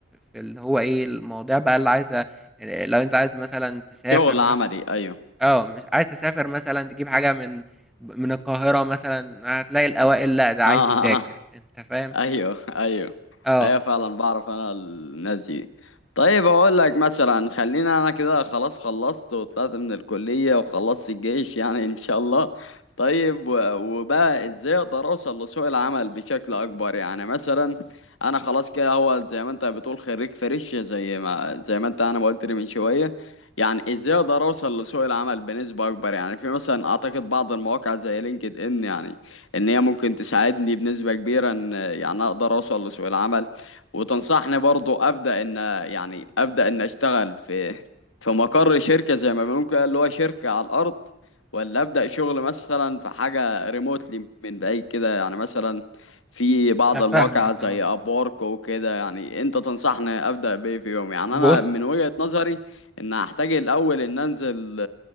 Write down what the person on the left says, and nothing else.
شغل
عملي ايوه
اه
<laughs>
ايوه ايوه
ايوه فعلا بعرف انا الناس دي طيب اقول لك مثلا خلينا انا كده خلاص خلصت وطلعت من الكلية وخلصت الجيش يعني ان شاء الله طيب و- وبقى ازاي اقدر اوصل لسوق العمل بشكل اكبر يعني مثلا انا خلاص كده هو زي ما انت بتقول خريج فريش زي ما زي ما انت انا ما قلت لي من شوية يعني ازاي اقدر اوصل لسوق العمل بنسبة اكبر يعني في مثلا اعتقد بعض المواقع زي لينكد ان يعني ان هي ممكن تساعدني بنسبة كبيرة ان يعني اقدر اوصل لسوق العمل وتنصحني برضو ابدا ان يعني ابدا ان اشتغل في في مقر شركة زي ما ممكن اللي هو شركة على الارض ولا ابدا شغل مثلا في حاجة ريموتلي من بعيد كده يعني مثلا في بعض
المواقع زي
ابورك وكده يعني انت تنصحني ابدا بايه في يوم يعني
انا من وجهة نظري ان هحتاج الاول ان انزل